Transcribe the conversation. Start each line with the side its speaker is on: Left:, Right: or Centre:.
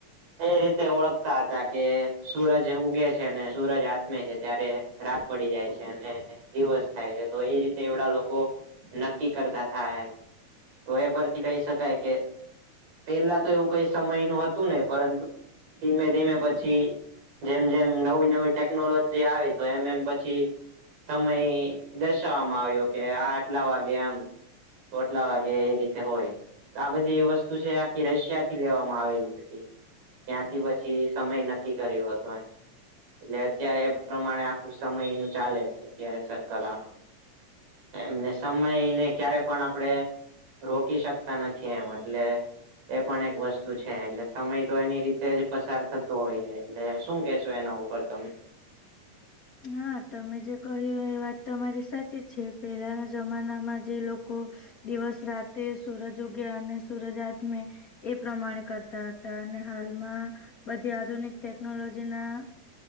Right: એ રીતે ઓળખતા હતા. કે સૂરજ ઉગે છે, અને સૂરજ આત્મે છે, ત્યારે રાત પડી જાય છે. અને દિવસ થાય છે તો એ રીતે એડા લોકો નક્કી કરતા થાય. તો એ પરથી કહી શકાય કે પેલા તો એવું કઈ સમય નું હતું નહિ પરંતુ ધીમે ધીમે. પછી જેમ જેમ નવી નવી ટેકનોલોજી આવી. તો એમ એમ પછી સમય દર્શાવવામાં આવ્યો કે આ આટલા વાગે આમ. ખોટલા વાગે એ રીતે હોય. આ બધી એ વસ્તુ છે, આખી રશિયા થી લેવામાં આવેલી હતી. ત્યાંથી પછી સમય નક્કી કર્યો હતો. એટલે અત્યારે એ પ્રમાણે આખું સમય નું ચાલે છે, અત્યારે સર્કલ આખ એમને સમયને ક્યારે પણ આપડે રોકી શકતા નથી. એમ એટલે એ પણ એક વસ્તુ છે. એટલે સમય તો એની રીતે જ પસાર થતો તો હોય જાય. એટલે શું કેહેશો એના ઉપર તમે?
Left: <inaudible> હા તમે જે કહ્યું એ વાત તમારી સાચી જ છે. પેલાના જમાનામાં જે લોકો દિવસ રાતે સૂરજ ઉગ્યા અને સૂરજ આથમે એ પ્રમાણે કરતા હતા. અને હાલમાં બધી આધુનિક ટેકનોલોજીના